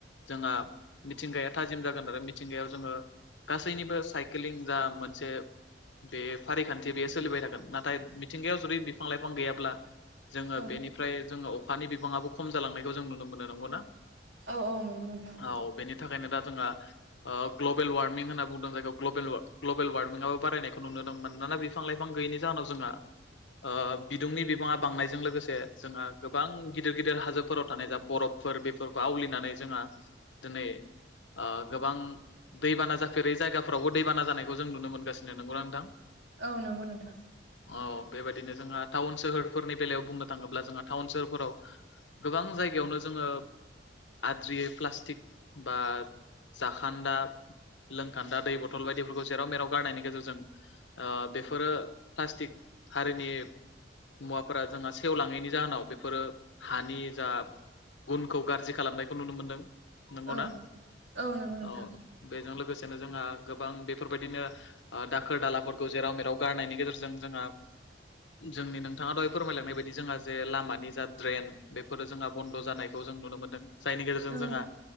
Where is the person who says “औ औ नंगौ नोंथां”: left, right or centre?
Right